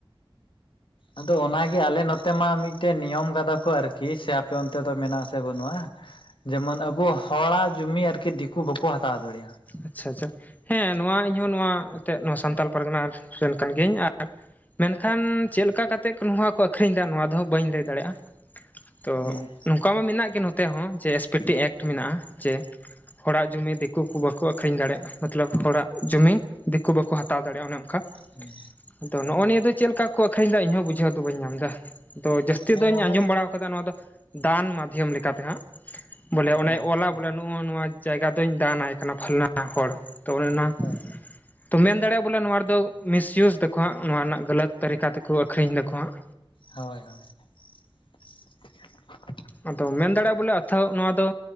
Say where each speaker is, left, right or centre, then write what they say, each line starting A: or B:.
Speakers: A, on the left; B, on the left.
A: ᱟᱫᱚ ᱚᱱᱟᱜᱮ ᱟᱞᱮ ᱱᱚᱛᱮ ᱢᱟ ᱢᱤᱫᱴᱮᱱ ᱱᱤᱭᱚᱢ ᱠᱟᱫᱟ ᱠᱚ ᱟᱨᱠᱤ ᱥᱮ ᱟᱯᱮ ᱚᱱᱛᱮ ᱫᱚ ᱢᱮᱱᱟᱜᱼᱟ ᱥᱮ ᱵᱟᱹᱱᱩᱜᱼᱟ ᱡᱮᱢᱚᱱ ᱟᱵᱚ ᱦᱚ ᱲᱟᱜ ᱡᱩᱢᱤ ᱟᱨᱠᱤ ᱫᱤᱠᱩ ᱵᱟᱠᱚ ᱦᱟᱛᱟᱣ ᱫᱟᱲᱤᱭᱟᱜᱼᱟ᱾
B: ᱟᱪᱪᱷᱟ ᱟᱪᱪᱷᱟ ᱦᱮᱸ ᱱᱚᱣᱟ ᱤᱧᱦᱚ ᱱᱚᱣᱟ ᱮᱱᱛᱮ ᱱᱚᱣᱟ ᱥᱟᱱᱛᱟᱞ ᱯᱟᱨᱜᱟᱱᱟ ᱨᱮᱱ ᱠᱟᱱ ᱜᱤᱭᱟᱹᱧ ᱟᱨᱼᱼ ᱢᱮᱱᱠᱷᱟᱱ ᱪᱮᱫ ᱞᱮᱠᱟᱛᱮᱫ ᱱᱚᱣᱟ ᱠᱚ ᱟᱹᱠᱷᱨᱤᱧ ᱫᱟ ᱱᱚᱣᱟ ᱫᱚᱦᱚ ᱵᱟᱹᱧ ᱞᱟᱹᱭ ᱫᱟᱲᱮᱭᱟᱜᱼᱟ᱾ ᱛᱚ
A: ᱦᱮᱸ
B: ᱱᱚᱝᱠᱟ ᱢᱟ ᱢᱮᱱᱟᱜ ᱜᱮ ᱱᱚᱛᱮ ᱦᱚᱸ ᱡᱮ ᱮᱥ ᱯᱤ ᱴᱤ ᱮᱴ ᱢᱮᱱᱟᱜᱼᱟ ᱡᱮᱼᱼ ᱦᱚᱲᱟᱜ ᱡᱩᱢᱤ ᱫᱤᱠᱩ ᱠᱚ ᱵᱟᱠᱷᱼᱼ ᱠᱚ ᱟᱹᱷᱨᱤᱧ ᱫᱟᱲᱮᱭᱟᱜ ᱢᱚᱛᱞᱚᱵ ᱦᱚᱲᱟᱜ ᱡᱚᱢᱤ ᱫᱤᱠᱩ ᱵᱟᱠᱚ ᱦᱟᱛᱟᱣ ᱫᱟᱲᱮᱭᱟᱜᱼᱟ ᱚᱱᱮ ᱚᱱᱠᱟ᱾
A: ᱦᱮᱸ
B: ᱟᱫᱚ ᱱᱚᱜᱼᱚᱭ ᱱᱤᱭᱟᱹ ᱫᱚ ᱪᱮᱫᱠᱟ ᱠᱚ ᱟᱠᱷᱨᱤᱧ ᱮᱫᱟ ᱤᱧᱦᱚᱸ ᱵᱩᱡᱷᱟᱹᱣ ᱫᱚ ᱵᱟᱹᱧᱟᱢ ᱮᱫᱟ ᱟᱫᱚ ᱡᱟᱹᱥᱛᱤ
A: ᱦᱮᱸ
B: ᱫᱚᱧ
A: ᱚᱱᱚ
B: ᱟᱸᱡᱚᱢ ᱵᱟᱲᱟ ᱟᱠᱟᱫᱟ᱾ ᱱᱚᱣᱟ ᱫᱚ ᱫᱟᱱ ᱢᱟᱫᱽᱫᱷᱚᱢ ᱞᱮᱠᱟᱛᱮ ᱦᱟᱸᱜ ᱵᱚᱞᱮ ᱚᱱᱮ
A: ᱟᱪᱪᱷᱟ
B: ᱚᱞᱟ ᱵᱚᱞᱮ ᱱᱚᱜᱼᱚ ᱱᱚᱣᱟᱼᱼ ᱡᱟᱭᱜᱟ ᱫᱟᱱ ᱟᱭ ᱠᱟᱱᱟ ᱯᱷᱟᱞᱱᱟ ᱦᱚᱲ ᱛᱚ ᱚᱱᱮ ᱚᱱᱟ
A: ᱦᱮᱸ
B: ᱛᱚ ᱢᱮᱱ ᱫᱟᱲᱮᱭᱟᱜᱼᱟ ᱵᱚᱞᱮ ᱱᱚᱣᱟ ᱨᱮ ᱫᱚ ᱢᱤᱥᱤᱭᱩᱥ ᱮᱫᱟᱠᱚ ᱦᱟᱸ ᱱᱚᱣᱟ ᱨᱮᱱᱟᱜ ᱜᱟᱹᱞᱚᱛ ᱛᱟᱹᱨᱤᱠᱟ ᱛᱮᱠᱚ ᱟᱠᱷᱨᱤᱧ ᱮᱟᱠᱚ ᱦᱟᱜᱼᱼ
A: ᱦᱳᱭ ᱦᱳᱭ <unintelligible>
B: ᱟᱫᱚ ᱢᱮᱱ ᱫᱟᱲᱮᱭᱟᱜᱼᱟ ᱵᱚᱞᱮ ᱟᱛᱟ ᱱᱚᱣᱟ ᱫᱚᱼᱼ